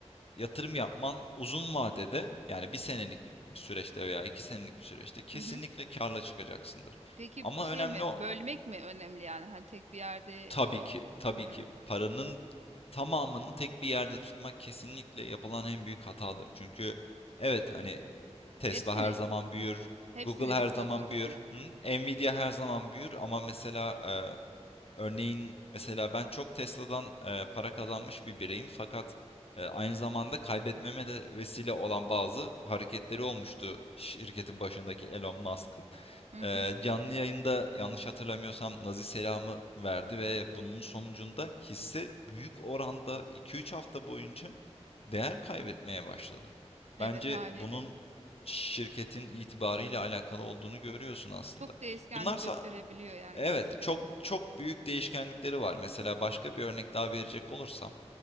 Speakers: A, on the left; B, on the right.
A: yatırım yapman uzun vadede yani bir senelik bir süreçte veya iki senelik bir süreçte kesinlikle
B: Hı hı.
A: karla çıkacaksındır.
B: Peki
A: Ama
B: bir şey
A: önemli
B: mi?
A: o
B: Bölmek mi önemli yani? Hani tek bir yerde
A: tabii
B: o
A: ki, tabii
B: hmm.
A: ki paranın tamamını tek bir yerde tutmak kesinlikle yapılan en büyük hatadır. Çünkü evet hani Tesla
B: Hepsini
A: her zaman büyür,
B: hepsini
A: Google her
B: riske
A: zaman
B: atıyorsun.
A: büyür, hı? Nvidia her zaman büyür ama mesela e, örneğin mesela ben çok Tesla'dan e, para kazanmış bir bireyim fakat e, aynı zamanda kaybetmeme de vesile olan bazı hareketleri olmuştu şirketin başındaki Elon Musk'ın.
B: Hı hı.
A: Eee, canlı yayında yanlış hatırlamıyorsam Nazi selamı verdi ve bunun sonucunda hisse büyük oranda iki üç hafta boyunca değer kaybetmeye başladı.
B: Evet
A: Bence
B: haliyle.
A: bunun şirketin itibarıyla alakalı olduğunu görüyorsun aslında.
B: Çok değişkenlik
A: Bunlarsa
B: gösterebiliyor yani
A: evet
B: gerçekten.
A: çok çok büyük değişkenlikleri var. Mesela başka bir örnek daha verecek olursam.